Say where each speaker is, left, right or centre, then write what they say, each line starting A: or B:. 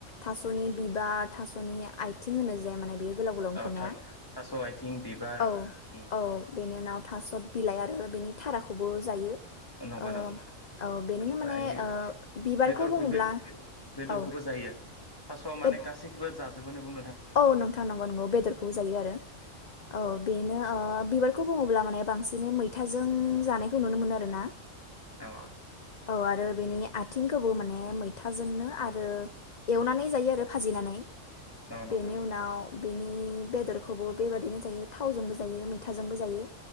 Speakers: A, on the left (about 35°); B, on the left (about 15°).
A: थास'नि बिबार थास'नि आथिं होनो जे माने बेयो। गोलाव गोलाव ओंखारनाया
B: औ थास थास' आथिं बिबार
A: औ
B: उम।
A: औ बेनि उनाव थास' बिलाइ आरो बेनि थराखौबो जायो। ओ
B: नंगौ नंगौ
A: औ बेनिनो
B: ओमफ्राय
A: माने ओ बिबारखौ
B: बेदरखौ
A: बुङोब्ला
B: बे बेदरखौबो
A: औ
B: जायो थास'आ माने
A: बे
B: गासैखौबो जाजोबो बुं
A: औ नोंथां नंगौ नंगौ बेदरखौबो जायो आरो औ बेनो ओ बिबार खौ बुङोब्ला माने बांसिनै मैथाजों जानायखौ नुनो मोनो आरोना
B: अ
A: औ आरो बेनि आथिंखौबो माने मैथाजोंनो आरो एवनानै जायो आरो भाजिनानै
B: औ नंगौ
A: बेनि उनाव बेनि बेदरखौबो बेबादिनो जायो थावजोंबो जायो मैथाजोंबो जायो